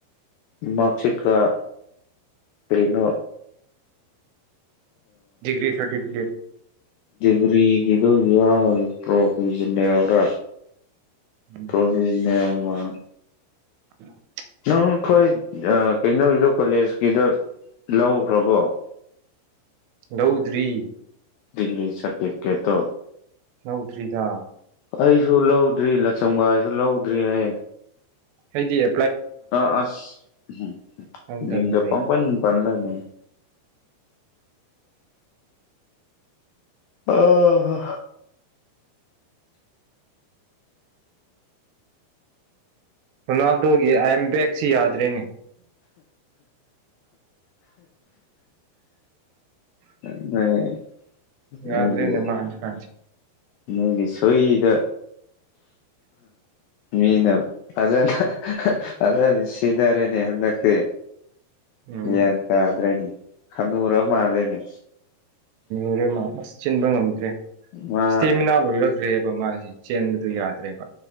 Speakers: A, on the left; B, on the right.
A: ꯃꯥꯔꯛꯁꯤꯠ ꯀ ꯀꯅ
B: ꯗꯤꯒ꯭ꯔꯤ ꯁꯔꯇꯤꯐꯀꯦꯠ
A: ꯒꯔꯤꯒꯤꯗ ꯇ꯭ꯔꯣꯐꯤ ꯑꯣꯥ
B: ꯎꯝ
A: ꯆꯧꯕꯤꯁ ꯃ
B: ꯎꯝ
A: ꯅꯪ ꯑꯩꯈꯣꯏ ꯀꯩꯅꯣꯒꯤꯗꯣ ꯀꯣꯂꯦꯖꯀꯤꯗꯣ ꯂꯧꯈ꯭ꯔꯕꯣ <inaudible>
B: ꯔꯧꯗ꯭ꯔꯤ
A: ꯗꯤꯒ꯭ꯔꯤ ꯁꯔꯇꯤꯐꯤꯀꯦꯠꯇꯣ
B: ꯍꯧꯗ꯭ꯔꯤꯗ
A: ꯑꯩꯁꯨ ꯂꯧꯗ꯭ꯔꯤ ꯂꯆꯝꯒꯥꯏꯁꯨ ꯂꯧꯗ꯭ꯔꯤ ꯍꯥꯏ
B: ꯍꯩꯗꯤꯌꯦ
A: ꯑ ꯑꯁ
B: ꯍꯧꯗꯕꯤ ꯂꯩꯕ
A: ꯄꯪꯄꯅꯤ ꯄꯟꯂꯅꯦ ꯑꯣ
B: ꯔꯣꯅꯥꯜꯗꯣꯒꯤ ꯑꯥꯏꯦꯝ ꯕꯦꯛꯁꯤ ꯌꯥꯗ꯭ꯔꯦꯅꯦ
A: <inaudible>
B: ꯌꯥꯗ꯭ꯔꯦꯅꯦ
A: ꯒꯤ
B: ꯃꯥ ꯍꯧꯖꯤꯛꯀꯥꯟꯁꯦ
A: ꯅꯣꯏꯒꯤ ꯁꯣꯏꯗ ꯃꯤ ꯅ ꯑꯖꯅ ꯑꯗꯨꯅꯤ ꯁꯤꯊꯔꯦꯅꯦ ꯍꯟꯗꯛꯇꯤ
B: ꯎꯝ
A: ꯒ꯭ꯌꯥꯟ ꯇꯥꯗ꯭ꯔꯅꯤ ꯍꯅꯔ ꯃꯥꯂꯦꯅꯦ
B: ꯨꯔꯦ ꯃꯥ ꯑꯁ ꯆꯤꯟꯕ ꯉꯝꯗ꯭ꯔꯦ
A: ꯃꯥ
B: ꯏꯁꯇꯦꯃꯤꯅꯥ ꯑꯣꯏꯔꯛꯈ꯭ꯔꯦꯕ ꯃꯥꯁꯤꯦ ꯆꯦꯟꯕꯗꯨ ꯌꯥꯗ꯭ꯔꯦꯕ